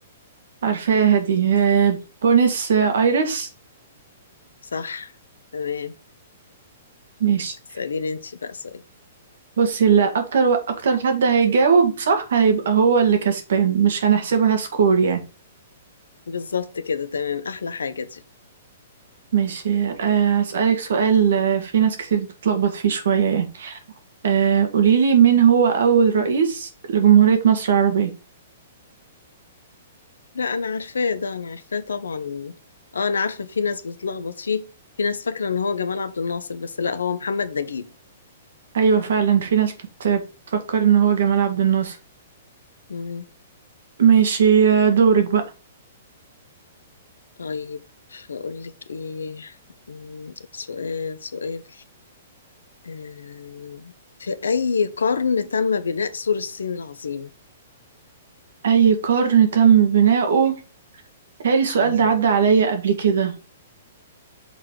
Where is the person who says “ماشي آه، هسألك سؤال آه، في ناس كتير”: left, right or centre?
Right